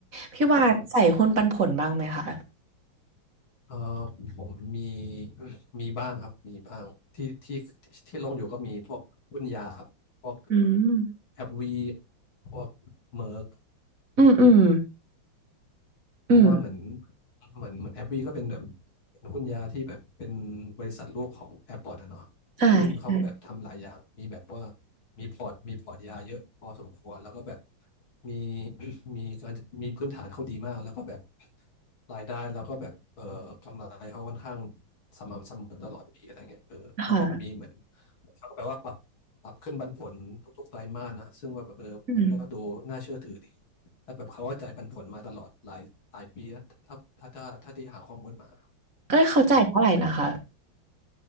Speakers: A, on the right; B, on the left.
A: พี่ว่าใส่หุ้นปันผลบ้างไหมคะ
B: ผมคิดอย่างนั้น เออผมมี <coughs> มีบ้างครับมีบ้างที่ที่ที่ที่ลงอยู่ก็มีพวกหุ้นยาครับพวก
A: อืม
B: แอปวีพวกเมอร์
A: อืมอืม
B: เพราะว่าเหมือน
A: อืม
B: เหมือนเหมือนแอปบีก็เป็นแบบเป็นหุ้นยาที่แบบเป็นบริษัทลูกของแอปพอร์ตอะเนาะ
A: อ่าใช่
B: ซึ่งเขาก็แบบทำหลายอย่างมีแบบว่ามีพอร์ตมีพอร์ตยาเยอะพอสมควรแล้วก็แบบมี <coughs> มีการมีพื้นฐานเขาดีมากแล้วก็แบบรายได้แล้วก็แบบเอ่อกำไรเขาค่อนข้างสม่ำเสมอตลอดปีอะไรเงี้ยเออแล้วแบบมีเหมือน
A: ค่ะ
B: เขาก็แปลว่าปรับปรับขึ้นปันผลทุกๆไตรมาสนะซึ่งว่าแบบเออมันก็ดูน่าเชื่อถือดี
A: อืม
B: แล้วแบบเขาก็จ่ายปันผลมาตลอดหลายหลายปีแล้วถ้าถ้าถ้าถ้าที่หาข้อมูลมาครับ
A: เอ้ยเขาจ่ายเท่าไหร่นะคะ
B: ใช่